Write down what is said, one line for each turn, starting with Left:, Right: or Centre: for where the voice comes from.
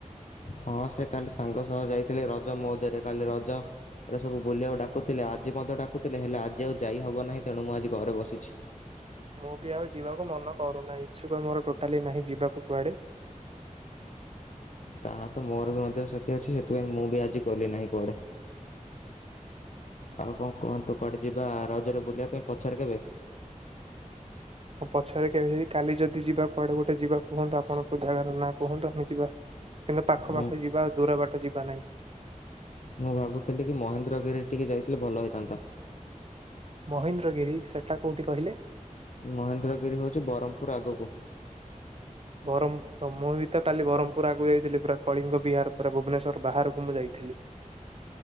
Left: ହଁ ସେ କାଲି ସାଙ୍ଗ ସହ ଯାଇଥିଲେ ରଜ ମଉଜରେ। କାଲି ରଜରେ ସବୁ ବୁଲିବାକୁ ଡାକୁଥିଲେ ଆଜି ମଧ୍ୟ ଡାକୁଥିଲେ ହେଲେ ଆଜି ଆଉ ଯାଇ ହବ ନାହିଁ ତେଣୁ ମୁଁ ଆଜି ଘରେ ବସିଛି।
Right: ମୁଁ ବି ଆଉ ଯିବାକୁ ମନ କରୁନାହିଁ ଇଚ୍ଛୁକ ମୋର ଟୋଟାଲି ନାହିଁ ଯିବାକୁ କୁଆଡେ।
Left: ତାହା ତ ମୋର ବି ମଧ୍ୟ ସେଥି ଅଛି ସେଥିପାଇଁ ମୁଁ ବି ଆଜି ଗଲି ନାହିଁ କୁଆଡେ। ଆଉ କଣ କୁହନ୍ତୁ କୁଆଡେ ଯିବା ରଜରେ ବୁଲିବା ପାଇଁ ପଛରେ କେବେ?
Right: ହଁ ପଛରେ କେବେ କାଲି ଯଦି ଯିବା କୁଆଡେ ଗୋଟେ ଯିବା କୁହନ୍ତୁ ଆପଣଙ୍କ ଜାଗାର ନାଁ କୁହନ୍ତୁ ଆମେ ଯିବା କିନ୍ତୁ ପାଖ
Left: ମୁଁ
Right: ପାଖରେ ଯିବା ଆଉ ଦୂର ବାଟ ଯିବା ନାହିଁ।
Left: ମୁଁ ଭାବୁଥିଲି କି ମହେନ୍ଦ୍ରଗିରିରେ ଟିକେ ଯାଇଥିଲେ ଭଲ ହେଇଥାନ୍ତା।
Right: ମହେନ୍ଦ୍ରଗିରି ସେଟା କୋଉଠି କହିଲେ?
Left: ମହେନ୍ଦ୍ରଗିରି ହଉଛି ବ୍ରହ୍ମପୁର ଆଗକୁ।
Right: ବ୍ରହ୍ମପୁର ମୁଁ ବି ତ କାଲି ବ୍ରହ୍ମପୁର ଆଗକୁ ଯାଇଥିଲି ପୁରା କଳିଙ୍ଗ ବିହାର ପୁରା ଭୁବନେଶ୍ୱର ବାହାରକୁ ମୁଁ ଯାଇଥିଲି।